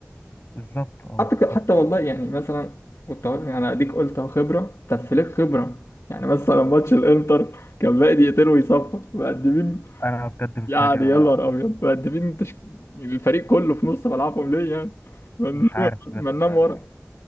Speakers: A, on the left (about 45°); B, on the left (about 75°).
A: بالظبط اه
B: حتى
A: بالظبط
B: ك- حتى والله يعني مثلا كنت أقول- يعني اديك قلت اهو خبره طب فليك خبره يعني مثلا ماتش الانتر كان باقي دقيقتين ويصفى مقدمين
A: انا بجد متفاجئ
B: يعني
A: انا
B: يا نهار ابيض مقدمين تش... الفريق كله في نص ملعبهم ليه يعني ما ننام
A: مش عارف
B: ما
A: بجد
B: ننام
A: مش عارف
B: ورا